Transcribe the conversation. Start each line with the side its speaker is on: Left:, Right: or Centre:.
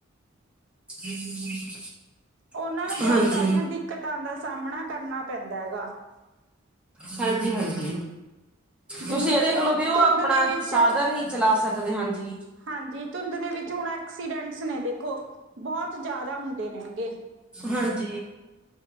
Centre: ਹਮ।
Right: ਉਹਨਾਂ ਨੂੰ ਬਹੁਤ
Centre: ਹਾਂਜੀ।
Right: ਸਾਰੀਆਂ ਦਿੱਕਤਾਂ ਦਾ ਸਾਹਮਣਾ ਕਰਨਾ ਪੈਂਦਾ ਹੈਗਾ
Centre: ਹਾਂਜੀ ਹਾਂਜੀ।
Right: ਜਿਵੇਂ
Centre: ਤੁਸੀਂ ਇਹ
Right: ਕਿ
Centre: ਦੇਖਲਓ ਵੀ ਉਹ
Right: ਧੁੰਦ
Centre: ਆਪਣਾ
Right: ਦੇ ਵਿੱਚ
Centre: ਸਾਧਨ ਨਹੀਂ ਚਲਾ ਸਕਦੇ ਹਾਂਜੀ।
Right: ਹਾਂਜੀ ਧੁੰਦ ਦੇ ਵਿੱਚ ਹੁਣ ਐਕਸੀਡੈਂਟਸ ਨੇ ਦੇਖੋ ਬਹੁਤ ਜ਼ਿਆਦਾ ਹੁੰਦੇ। ਨੇਗੇ
Centre: ਹਾਂਜੀ।